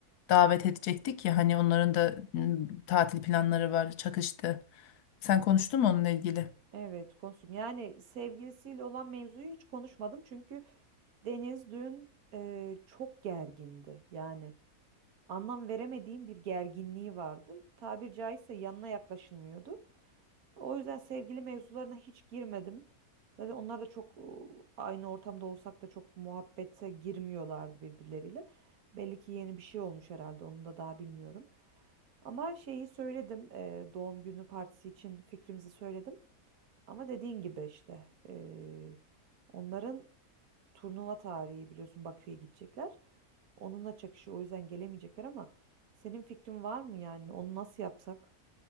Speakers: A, on the left; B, on the right.
A: davet edecektik ya hani onların da m, tatil planları var çakıştı. Sen konuştun mu onunla ilgili?
B: Evet konuştum. Yani sevgilisiyle olan mevzuyu hiç konuşmadım çünkü Deniz dün e, çok gergindi. Yani anlam veremediğim bir gerginliği vardı. Tabir caizse yanına yaklaşılmıyordu. O yüzden sevgili mevzularına hiç girmedim. Zaten onlar da çok e, aynı ortamda olsak da çok muhabbete girmiyorlardı birbirleriyle. Belli ki yeni bir şey olmuş herhalde onu da daha bilmiyorum. Ama şeyi söyledim e, doğum günü partisi için fikrimizi söyledim. Ama dediğin gibi işte eee, onların turnuva tarihi biliyorsun Bakü'ye gidecekler. Onunla çakışıyor o yüzden gelemeyecekler ama senin fikrin var mı yani onu nasıl yapsak?